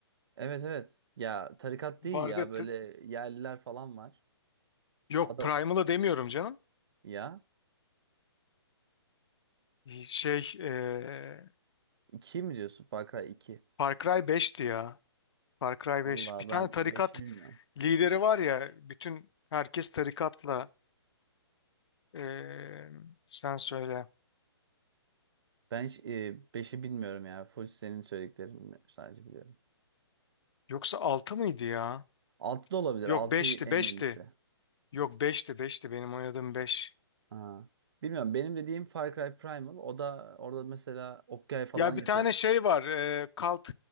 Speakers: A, on the right; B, on the left.
A: Evet evet. Ya tarikat
B: vardı.
A: değil ya
B: ya, t-
A: böyle yerliler falan var.
B: Yok
A: Ada
B: Primal'ı demiyorum canım.
A: ya
B: Şey e,
A: iki mi diyorsun Far Cry iki
B: Far Cry 5'ti ya. Far Cry
A: Valla
B: 5. Bir tane
A: ben
B: tarikat
A: beşi bilmiyorum.
B: Lideri var ya bütün herkes tarikatla eee, sen söyle.
A: Ben hiç, e, 5'i bilmiyorum yani. Full senin söylediklerini sadece biliyorum.
B: Yoksa altı mıydı ya?
A: altı da olabilir.
B: Yok
A: altı
B: beşti,
A: en
B: beşti.
A: yenisi.
B: Yok beşti, beşti. benim oynadığım 5.
A: Ha. Bilmiyorum benim dediğim Far Cry Primal o da orada mesela Okyay falan
B: Ya
A: yapıyor.
B: bir Evet. tane şey var eee kalt